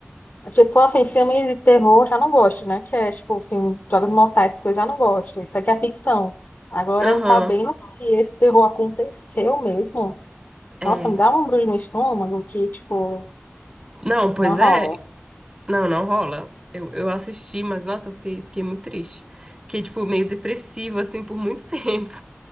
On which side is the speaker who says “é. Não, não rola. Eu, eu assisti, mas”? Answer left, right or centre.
Right